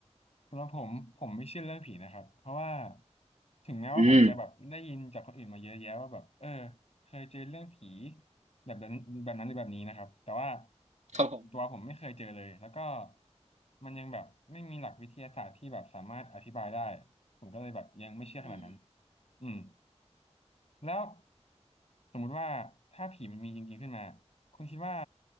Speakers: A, on the left; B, on the right.
A: สำหรับผมผมไม่เชื่อเรื่องผีนะครับเพราะว่าถึงแม้ว่าผมจะแบบได้ยินจากคนอื่นมาเยอะแยะว่าแบบเออ
B: อืม
A: เคยเจอเรื่องผีแบบนั้นแบบนั้นหรือแบบนี้นะครับแต่ว่า
B: ครับผม
A: ตัวผมไม่เคยเจอเลยแล้วก็มันยังแบบไม่มีหลักวิทยาศาสตร์ที่แบบสามารถอธิบายได้ผมก็เลยแบบยังไม่เชื่อขนาดนั้น
B: อืม
A: อืม แล้วสมมุติว่าถ้าผีมันมีจริงๆขึ้นมาคุณคิดว่า